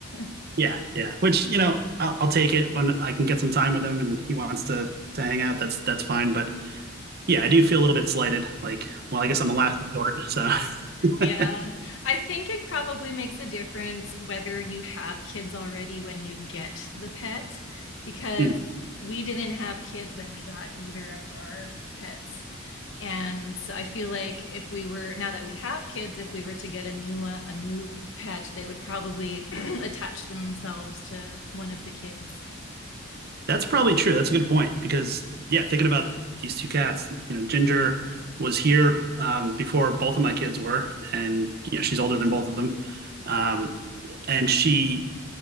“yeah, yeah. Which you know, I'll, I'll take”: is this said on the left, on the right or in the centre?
Right